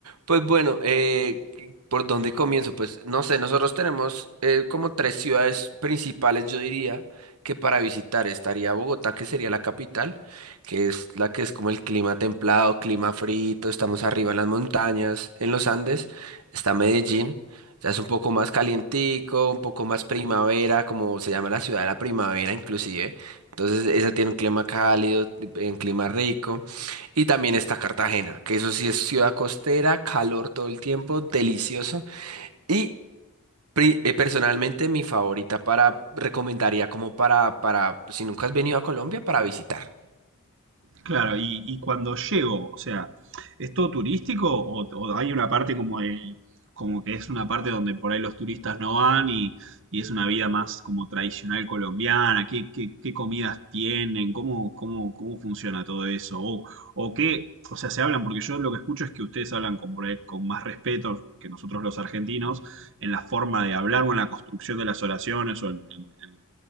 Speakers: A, on the right; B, on the right.
A: Pues bueno, eh, ¿por dónde comienzo? Pues no sé, nosotros tenemos eh, como tres ciudades principales, yo diría, que para visitar estaría Bogotá, que sería la capital, que es la que es como el clima templado, clima frito, estamos arriba en las montañas, en los Andes. Está Medellín, ya es un poco más calientico, un poco más primavera, como se llama la ciudad de la primavera inclusive. Entonces esa tiene un clima cálido, un clima rico. Y también está Cartagena, que eso sí es ciudad costera, calor todo el tiempo, delicioso. Y pri- eh, personalmente mi favorita para, recomendaría como para, para, si nunca has venido a Colombia, para visitar.
B: Claro, y, y cuando llego, o sea, ¿es todo turístico o, o hay una parte como de- como que es una parte donde por ahí los turistas no van y, y es una vida más como tradicional colombiana? ¿Qué, qué- qué comidas tienen? ¿Cómo, cómo, cómo funciona todo eso? O, o qué, o sea, se hablan, porque yo lo que escucho es que ustedes hablan con, por ahí con más respeto que nosotros los argentinos en la forma de hablar o en la construcción de las oraciones o en, en- en-